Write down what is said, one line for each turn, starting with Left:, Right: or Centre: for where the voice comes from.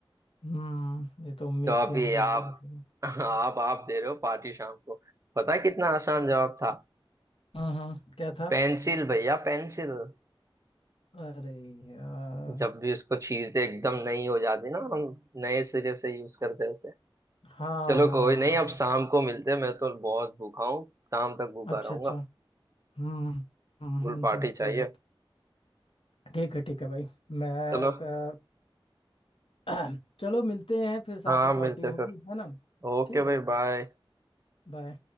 Left: हम्म ये तो उम्मीद
Right: तो अभी
Left: थी मुझे गलत
Right: आप
Left: होगा
Right: आप आप दे रहे हो पार्टी शाम को पता है कितना आसान जवाब था
Left: हम्म क्या था
Right: पेंसिल भैया पेंसिल
Left: अरे यार
Right: जब भी उसको छीलते एकदम नई हो जाती ना हम नए सिरे से यूज करते हैं उसे
Left: हाँ
Right: चलो
Left: हाँ
Right: कोई नहीं
Left: हाँ
Right: अब शाम को मिलते हैं मैं तो बहुत भूखा हूँ शाम तक भूखा
Left: अच्छा
Right: रहूंगा
Left: अच्छा हम्म हम्म
Right: फुल
Left: हम्म
Right: पार्टी
Left: हम्म,
Right: चाहिए
Left: सही बात ठीक है ठीक है भाई मैं
Right: चलो
Left: का- <clears throat> चलो मिलते हैं फिर साथ
Right: हाँ
Left: में पार्टी
Right: मिलते
Left: होगी
Right: हैं फिर
Left: है ना
Right: ओके
Left: ठीक
Right: भाई
Left: है
Right: बाय
Left: बाय